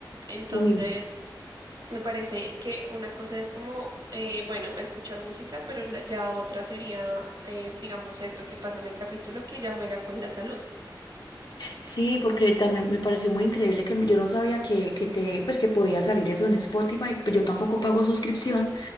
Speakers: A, on the right; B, on the left.
A: Entonces...
B: Uy,
A: Me parece que una cosa es como, eh, bueno, escuchar música, pero la- ya otra sería, eh, digamos, esto que pasa en el capítulo, que ya juega con la salud.
B: Sí, porque también me pareció muy increíble que me- yo no sabía que, que te, pues que podía salir eso en Spotify, pues yo tampoco pago suscripción,